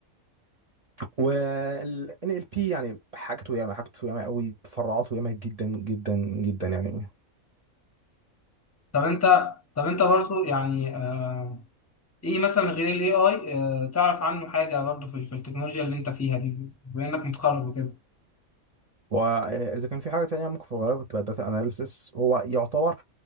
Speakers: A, on the right (about 40°); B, on the left (about 15°).
A: وال NLP يعني حاجته ياما حاجته ياما قوي تفرعاته ياما جدا جدا جدا يعني
B: طب انت طب انت برضو يعني آه ايه مثلا غير الاي اي آه تعرف عنه حاجه برضو في, ال- في التكنولوجيا اللي انت فيها دي بما انك متخرج وكده
A: واذا كان في حاجه تانية ممكن في الغالب بتبقى داتا اناليسيس هو يعتبر